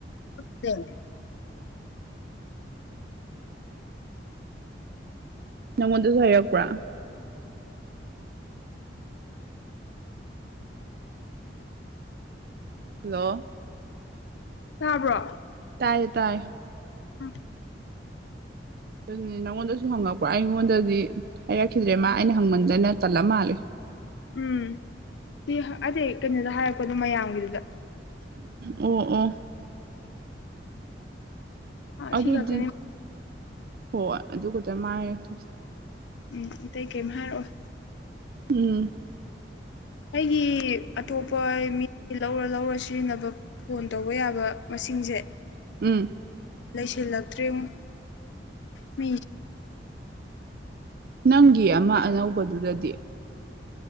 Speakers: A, on the left (about 80°); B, on the right (about 55°).
A: ꯎꯞꯗꯦꯡ
B: ꯅꯪꯉꯣꯟꯗꯁꯨ ꯍꯥꯏꯔꯛꯄ꯭ꯔ ꯍꯜꯂꯣ
A: ꯇꯥꯕ꯭ꯔꯣ
B: ꯇꯥꯏꯌꯦ ꯇꯥꯏ
A: ꯎꯝ
B: ꯑꯗꯨꯅꯦ ꯅꯪꯉꯣꯟꯗꯁꯨ ꯍꯪꯉꯛꯄ꯭ꯔꯣ ꯑꯩꯉꯣꯟꯗꯗꯤ ꯍꯥꯏꯔꯛꯈꯤꯗ꯭ꯔꯦ ꯃꯥ ꯑꯩꯅ ꯍꯪꯃꯟꯗꯅ ꯇꯜꯂ ꯃꯥꯜꯂꯦ
A: ꯎꯝ ꯁꯤ ꯍꯥ ꯑꯇꯦ ꯀꯩꯅꯣꯗ ꯍꯥꯏꯔꯛꯄꯗꯣ ꯃꯌꯥꯝꯒꯤꯗꯨꯗ
B: ꯑꯣ ꯑꯣ ꯑꯗꯨꯗꯤ
A: ꯁꯤ ꯈꯛꯇꯅꯦ
B: ꯍꯣꯏ ꯑꯗꯨ ꯈꯛꯇ ꯃꯥ ꯍꯥꯏꯔꯛꯇꯣꯏꯁꯦ
A: ꯎꯝ ꯑꯇꯩ ꯀꯩꯝ ꯍꯥꯏꯔꯛꯑꯣꯏ
B: ꯎꯝ
A: ꯑꯩꯒꯤ ꯑꯇꯣꯞꯄ ꯃꯤ ꯂꯧꯔ ꯂꯧꯔ ꯁꯤꯖꯤꯟꯅꯕꯞ ꯐꯣꯟ ꯇꯧꯕ ꯌꯥꯕ ꯃꯁꯤꯡꯁꯦ
B: ꯎꯝ
A: ꯂꯩꯁꯤꯜꯂꯛꯇ꯭ꯔꯦꯉꯣ ꯃꯤ
B: ꯅꯪꯒꯤ ꯑꯃ ꯑꯅꯧꯕꯗꯨꯗꯗꯤ